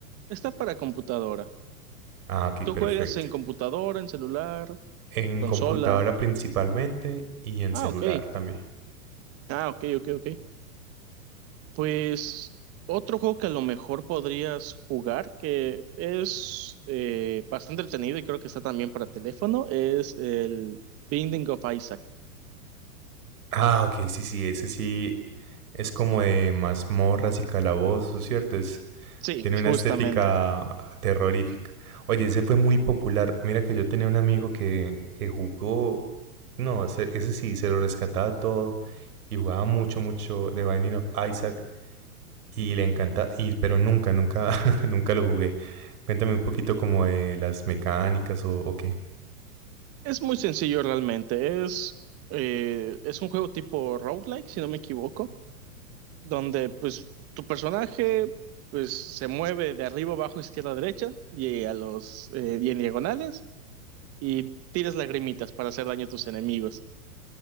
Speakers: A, on the right; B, on the right.
A: está para computadora.
B: Ah, ok,
A: ¿Tú
B: perfecto.
A: juegas en computadora, en celular,
B: En
A: consola?
B: computadora principalmente y en
A: Ah,
B: celular
A: ok.
B: también.
A: Ah, ok, ok, ok. Pues otro juego que a lo mejor podrías jugar, que es eh, bastante entretenido y creo que está también para teléfono, es el Binding of Isaac.
B: Ah, ok, sí, sí, ese sí es como de mazmorras y calabozos, ¿cierto? Es,
A: Sí,
B: tiene una
A: justamente.
B: estética terrorífica. Oye, ese fue muy popular. Mira que yo tenía un amigo que, que jugó, no, ese, ese sí, se lo rescataba todo y jugaba mucho, mucho The Binding of Isaac y le encanta, y, pero nunca, nunca, <laughs> nunca lo jugué. Cuéntame un poquito como de las mecánicas o, o qué.
A: Es muy sencillo realmente. Es, eh, es un juego tipo roguelike, si no me equivoco, donde pues tu personaje pues se mueve de arriba, abajo, izquierda, derecha y a los eh, y en diagonales y tiras lagrimitas para hacer daño a tus enemigos.